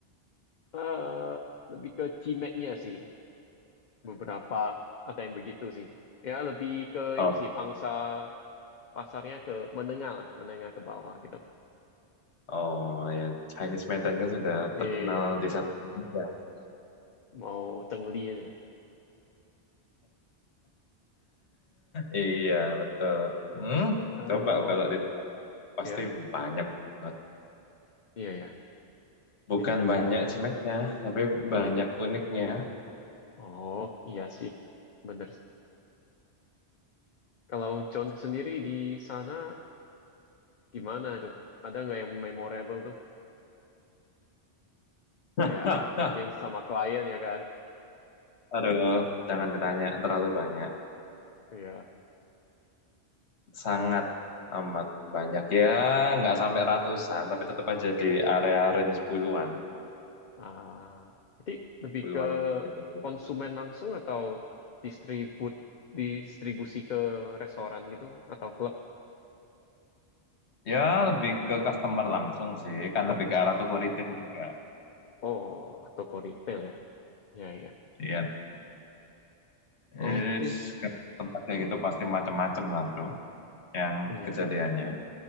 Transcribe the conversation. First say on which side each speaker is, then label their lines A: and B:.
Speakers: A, on the left; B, on the left.
A: eh lebih ke cimetnya sih. Beberapa ada yang begitu sih. Ya, lebih ke
B: Oh,
A: ini sih, pangsa pasarnya ke menengah lah, menengah ke bawah gitu.
B: oh ya Chinese Medan kan sudah
A: Iya,
B: terkenal di satu ya. <laughs>
A: mau cengli aja.
B: Iya, betul. Hmm,
A: Eh,
B: coba
A: kalau,
B: kalau di tempat pasti
A: ya,
B: banyak banget.
A: iya ya.
B: Bukan
A: Jadi,
B: banyak Cimetnya, tapi banyak uniknya.
A: oh, iya sih. Bener. Kalau John sendiri di sana, gimana tuh? Ada nggak yang memorable tuh?
B: <laughs>
A: Kayak mungkin sama klien ya kan?
B: Aduh, jangan ditanya terlalu banyak.
A: Iya.
B: sangat amat banyak ya nggak sampai ratusan tapi tetap aja di area range puluhan
A: Ah, jadi lebih
B: puluhan
A: ke
B: gitu
A: konsumen langsung atau distribut distribusi ke restoran gitu atau klub?
B: ya lebih ke customer langsung sih kan
A: Oh,
B: lebih
A: customer.
B: ke arah toko retail juga
A: Oh, atau ke retail ya? Ya, ya.
B: iya is
A: Oke.
B: tempat kayak gitu pasti macam-macam lah bro yang
A: Iya.
B: kejadiannya